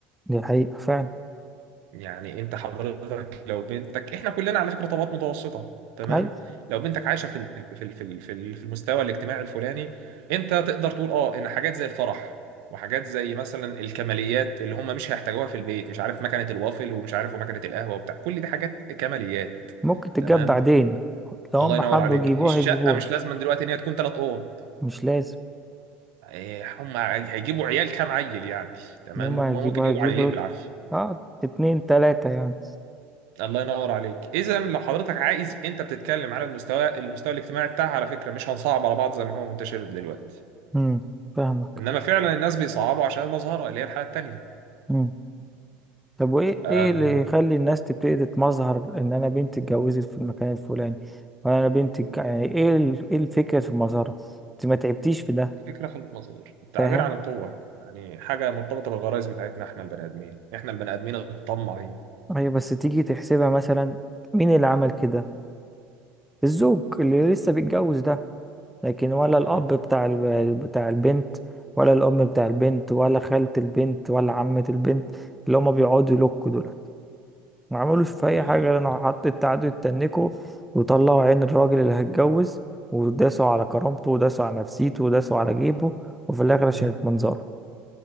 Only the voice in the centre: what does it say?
دي حقيقة فعلا
ايوه
ممكن تتجاب
بعدين لو
هم
حبوا
يجيبوها
يجيبوها
مش لازم
يوم ما
هيجيبوا
هيجيبوا
اه اتنين تلاتة يعني
امم فاهمك
امم طب وايه
ايه اللي يخلي الناس تبتدي تتمظهر ان انا بنتي اتجوزت في المكان الفلاني وانا أنا بنتي اتج- يعني ايه ال- ايه الفكرة في المظهرة انت ما تعبتيش في ده
فاهم
هي بس تيجي تحسبها مثلا مين اللي عمل كده الزوج اللي لسه بيتجوز ده لكن ولا الاب
بتاع ال- بتاع البنت ولا الام بتاع البنت ولا خالة البنت ولا عمة البنت اللي هما بيقعدوا يلوكوا دول ما عملوش في اي
حاجه
غير انه
حط التعدي يتنكوا وطلعوا عين الراجل اللي هيتجوز وداسوا على كرامته وداسوا على نفسيته وداسوا على جيبه وفي الاخر عشان
المنظره